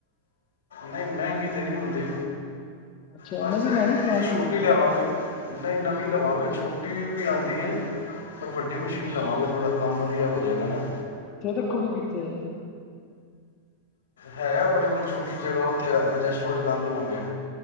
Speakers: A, on the left; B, on the left.
A: ਨਹੀਂ ਮਹਿੰਗੀ ਤੇ ਨੀ ਹੁੰਦੀ,
B: ਅੱਛਾ
A: ਬਸ
B: ਨਵੀਂ ਲਾਣੀ ਪੁਰਾਣੀ
A: ਛੋਟੀ
B: ਤੁਸੀਂ?
A: ਲਿਆਵਾਂਗੇ। ਨਹੀਂ ਨਵੀਂ ਲਵਾਂਗੇ ਛੋਟੀ ਵੀ ਆਂਦੀ ਏ। ਪਰ ਵੱਡੀ ਮਸ਼ੀਨ ਲਵਾਂਗੇ ਥੋੜ੍ਹਾ ਕੰਮ ਵਧੀਆ ਹੋਜੇਗਾ ਨਾ।
B: ਤੇ ਰੱਖੋਗੇ ਕਿਥੇ।
A: ਹੈ ਆਪਣੇ ਕੋਲ ਛੋਟੀ ਜਗ੍ਹਾ ਉੱਥੇ ਅਡਜਸਟਮੈਂਟ ਕਰ ਲਵਾਂਗੇ।